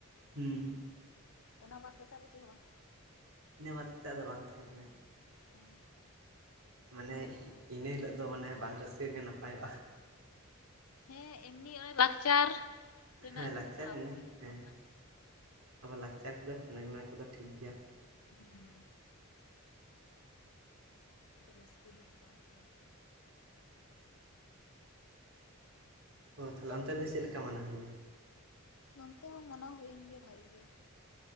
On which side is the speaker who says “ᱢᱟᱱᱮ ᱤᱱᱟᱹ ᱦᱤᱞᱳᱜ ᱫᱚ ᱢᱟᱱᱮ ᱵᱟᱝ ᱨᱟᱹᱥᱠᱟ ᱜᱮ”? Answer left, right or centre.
Right